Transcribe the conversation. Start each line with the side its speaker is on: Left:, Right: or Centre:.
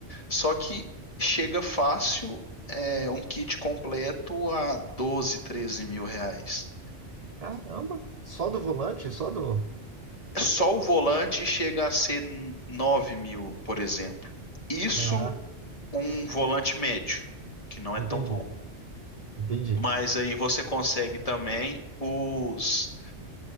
Left: Só que chega fácil é, um kit completo a 12, 13 mil reais.
Right: Caramba, só do volante, só do...
Left: Só o volante chega a ser 9 mil, por exemplo. Isso
Right: Ah,
Left: um volante médio, que não
Right: entendi,
Left: é tão bom.
Right: entendi.
Left: Mas aí você consegue também os.